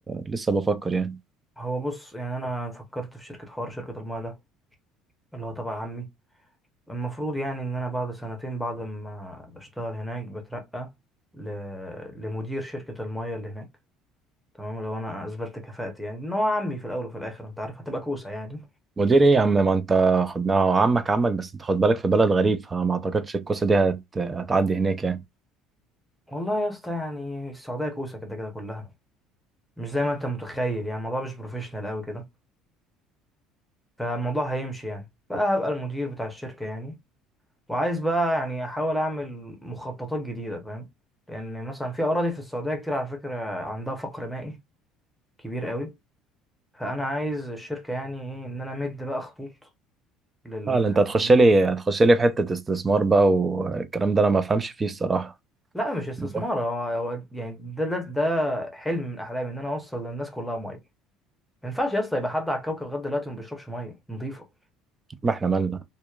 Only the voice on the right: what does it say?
فلسه بفكر يعني
مدير ايه يا عم ما انت خدناه عمك عمك بس انت خد بالك في بلد غريب فما اعتقدش الكوسه دي هت... هتعدي هناك يعني
اه لا، انت هتخش
لي هتخش لي في حته استثمار بقى والكلام ده انا ما افهمش فيه الصراحه
المهم،
ما احنا مالنا